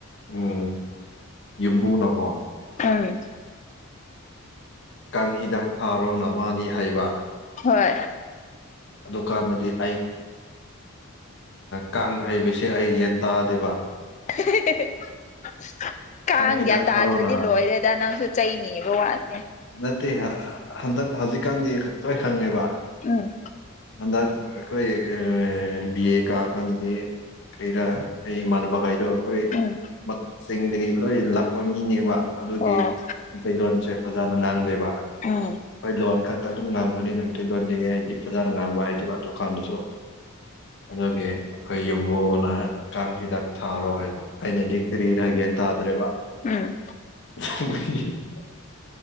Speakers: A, on the left; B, on the left.
A: ꯎꯝ ꯌꯨꯝꯕꯨꯅꯣꯀꯣ
B: ꯎꯝ
A: ꯀꯥꯡꯪ ꯍꯤꯗꯥꯛ ꯐꯥꯔꯣ ꯅꯃꯥꯗꯤ ꯍꯩꯕ
B: ꯍꯣꯏ
A: ꯑꯗꯨꯗꯨꯀꯥꯟꯗꯗꯤ ꯑꯩ ꯀꯥꯡ ꯍꯩꯕꯁꯦ ꯑꯩ ꯌꯦꯟ ꯇꯥꯗꯦꯕ
B: <unintelligible> ꯀꯥꯡ
A: ꯍꯤꯗꯥꯛ
B: ꯒ꯭ꯌꯥꯟ ꯇꯥꯗ꯭ꯔꯗꯤ
A: ꯊꯥꯔꯣꯅ
B: ꯂꯣꯏꯔꯦꯗ ꯅꯪꯁꯨ ꯆꯩꯅꯤꯕ ꯋꯥꯅꯤꯦ
A: ꯅꯠꯇꯦ ꯍꯟꯗꯛ ꯍꯧꯖꯤꯛꯀꯥꯟꯗꯤ ꯂꯣꯏ ꯈꯪꯉꯦꯕ
B: ꯎꯝ
A: ꯍꯟꯗꯛ ꯑꯩꯈꯣꯏ ꯕꯤ ꯑꯦ ꯀꯛꯑꯀꯥꯟꯗꯗꯤ ꯀꯩꯔꯥ ꯑꯩ ꯏꯃꯥꯟꯅꯕꯈꯩꯗꯣ ꯑꯩꯈꯣꯏ
B: ꯎꯝ
A: ꯆꯤꯡꯗꯒꯤ ꯂꯣꯏ ꯂꯥꯛꯄ ꯃꯤꯅꯦꯕ ꯑꯗꯨꯒꯤ
B: ꯑꯣ
A: ꯃꯩꯇꯩꯂꯣꯟꯁꯦ ꯐꯖꯅ ꯉꯥꯡꯗꯦꯕ
B: ꯎꯝ
A: ꯑꯩꯈꯣꯏ ꯂꯣꯟ ꯈꯛ ꯑꯗꯨꯝ ꯉꯥꯡꯕꯅꯦ ꯅꯨꯃꯤꯠꯇꯗꯣꯟꯗꯤ ꯑꯩꯗꯤ ꯐꯖꯅ ꯉꯥꯡꯕ ꯍꯥꯏꯗꯦꯕ ꯑꯗꯨ ꯀꯥꯟꯗꯁꯨ ꯑꯗꯨꯒꯤ ꯑꯩꯈꯣꯏ ꯌꯨꯝꯕꯨꯅ ꯀꯥꯡ ꯍꯤꯗꯥꯛ ꯊꯥꯔꯣ ꯍꯥꯏꯕ ꯑꯩꯅꯗꯤ ꯀꯔꯤ ꯍꯥꯏꯒꯦ ꯌꯦ ꯇꯗ꯭ꯔꯦꯒ
B: ꯎꯝ
A: <unintelligible>